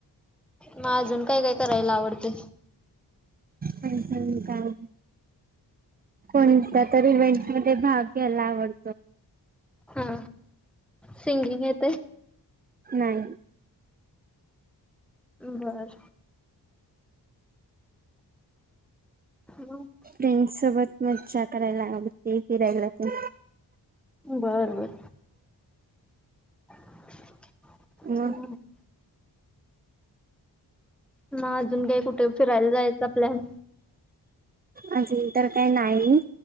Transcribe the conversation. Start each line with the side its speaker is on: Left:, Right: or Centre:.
Centre: म अजून काय काय करायला आवडतय?
Right: मग तर काय, कोणता तर इव्हेंट मध्ये भाग. गेला वन.
Centre: हा, सिंगिंग येतंय.
Right: नाही.
Centre: बर. मग
Right: फ्रेंड सोबत मज्जा करायला आवडते फिरायला पण.
Centre: बर बर. <unintelligible>
Right: मग
Centre: मग अजून काही कुठं फिरायला जायचा प्लॅन
Right: अजून तर काय नाही,